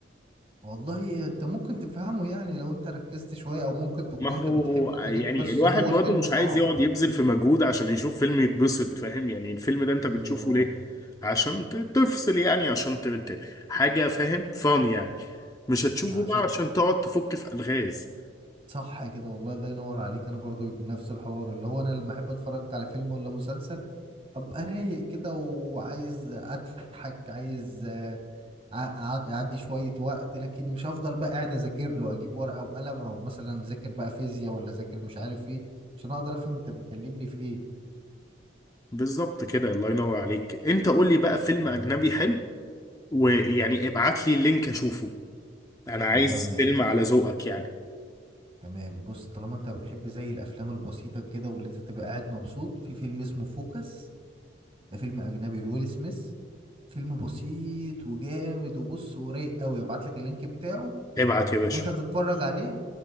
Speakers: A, on the right; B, on the left.
A: والله انت ممكن تفهمه يعني لو انت ركزت شوية او ممكن تكون
B: ما هو
A: انت بتحب الحاجات
B: يعني
A: دي بس
B: الواحد
A: هو
B: برضه
A: فيلم
B: مش
A: صعب
B: عايز يقعد يبذل في مجهود عشان يشوف فيلم يتبسط فاهم يعني الفيلم ده انت
A: ما
B: بتشوفه
A: هي اه
B: ليه عشان ت- تفصل يعني عشان ت- ت- حاجة فاهم فان يعني مش هتشوفه
A: ما عشان
B: بقى عشان تقعد تفك في ألغاز
A: صح كده والله الله ينور عليك انا برضو بيكون نفس الحوار اللي هو انا لما احب اتفرج على فيلم ولا مسلسل ابقى رايق كده وعايز اضحك عايز آه، أع- اعدي شوية وقت لكن مش هفضل بقى قاعد اذاكر له اجيب ورقة وقلم او مثلا ذاكر بقى فيزياء ولا ذاكر مش عارف ايه عشان اقدر افهم انت بتكلمني في ايه
B: بالظبط كده الله ينور عليك انت قول لي بقى فيلم أجنبي حلو ويعني ابعت لي اللينك أشوفه أنا عايز
A: والله ماشي
B: فيلم
A: بص
B: على ذوقك يعني
A: تمام بص طالما انت بتحب زي الافلام البسيطة كده واللي انت تبقى قاعد مبسوط في فيلم اسمه فوكس ده فيلم اجنبي لويل سميث فيلم بسيط وجامد وبص ورايق قوي ابعت لك اللينك بتاعه
B: ابعت يا باشا
A: وانت هتتفرج عليه